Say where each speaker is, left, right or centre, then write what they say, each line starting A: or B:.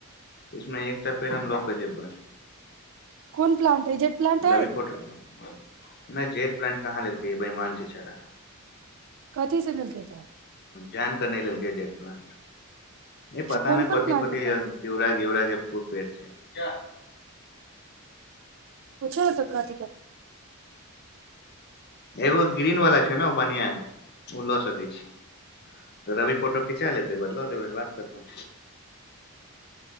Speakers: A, on the left; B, on the right.
A: इसमे एकटा पेड़ हम लऽ के जेबै
B: कोन प्लाानंट एजेंट प्लांट
A: रवि
B: हइ
A: फोट नहि जेट पलान्ट कहाँ लेलकै बैमान छै छैरा
B: कथी से लेलकै तऽ
A: जाइन क नइ लेलकै जेट पलान्ट ई पता
B: कोन
A: नहि
B: कोन
A: कथि
B: प्लांट
A: कथि
B: अइ तऽ
A: पीवरा गीवरा के खूब पेड़ छै क्या
B: पुछियो न कथि कत
A: एगो ग्रीन वाला छै न उ बढ़िआ हइ ओ लऽ सकै छी रवी फोटो खिचा लेतै ओकेय बाद ल लेबै बात खतम